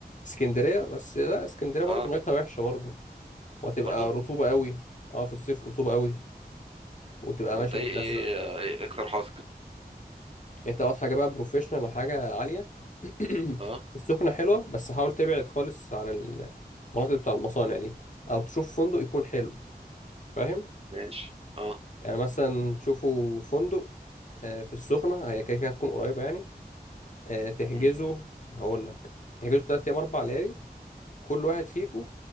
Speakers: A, on the left; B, on the right.
A: اسكندرية بس لا اسكندرية برضو
B: اه
A: ميتها وحشة برضو وهتبقى
B: برضو
A: رطوبة قوي اه في الصيف رطوبة قوي وتبقى
B: طب
A: ماشي
B: انت ايه
A: بتلزق
B: ايه, آه، إيه اقتراحاتك
A: يعني انت لو عايز حاجه بقى بروفيشنال او حاجه عاليه <clears throat>
B: اه
A: السخنه حلوه بس حاول تبعد خالص عن المناطق بتاع المصانع دي او تشوف فندق يكون حلو فاهم
B: ماشي اه
A: يعني مثلا تشوفوا فندق آه، في السخنه هي كده كده هتكون قريبه يعني آه، تحجزوا
B: مم.
A: هقول لك تحجزوا تلات ايام اربع ليالي كل واحد فيكم